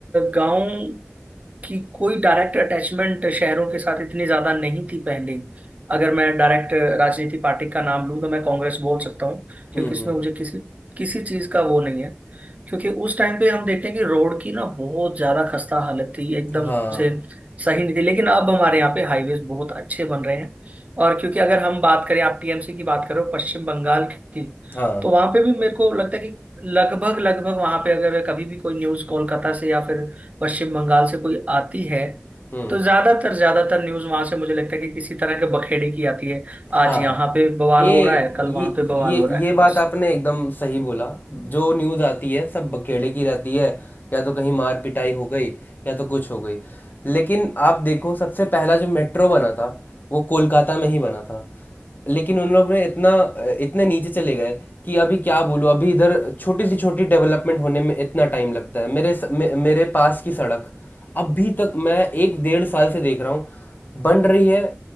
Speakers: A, on the right; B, on the left.
A: गांव कि कोई डायरेक्ट अटैचमेंट शहरों के साथ इतनी ज्यादा नहीं थी पहले अगर मैं डायरेक्ट राजनीति पार्टी का नाम लूं तो मैं कांग्रेस बोल सकता हूँ क्योंकि
B: हुँ,
A: इसमें
B: हुँ,
A: मुझे
B: हुँ,
A: किसी किसी चीज का वो नहीं है क्योंकि उस टाइम पे हम देखते हैं कि रोड की ना बहुत ज्यादा खस्ता हालत थी एकदम
B: हाँ,
A: से सही नहीं थी लेकिन अब हमारे यहाँ पे हाईवेज बहुत अच्छे बन रहे हैं और क्योंकि अगर हम बात करें आप टीएमसी की बात करो पश्चिम बंगाल की
B: हाँ,
A: तो वहां पे भी मेरे को लगता है कि लगभग लगभग वहां पे अगर कभी भी कोई न्यूज कोलकाता से या फिर पश्चिम बंगाल से कोई आती है
B: हुँ।
A: तो ज्यादातर ज्यादातर न्यूज वहां से मुझे लगता है कि किसी तरह के बखेड़े की आती है
B: हाँ
A: आज यहाँ पे बवाल
B: ये
A: हो रहा है कल
B: ये
A: वहां पे बवाल
B: ये
A: हो रहा
B: ये
A: है
B: बात
A: बस
B: आपने एकदम सही बोला जो न्यूज़ आती है सब बकेड़े की रहती है या तो कहीं मार पिटाई हो गई या तो कुछ हो गई लेकिन आप देखो सबसे पहला जो मेट्रो बना था वो कोलकाता में ही बना था लेकिन उन लोग ने इतना इतने नीचे चले गए कि अभी क्या बोलूँ अभी इधर छोटी सी छोटी डेवलपमेंट होने में इतना टाइम लगता है मेरे स- मे, मेरे पास की सड़क अभी तक मैं एक डेढ़ साल से देख रहा हूँ बन रही है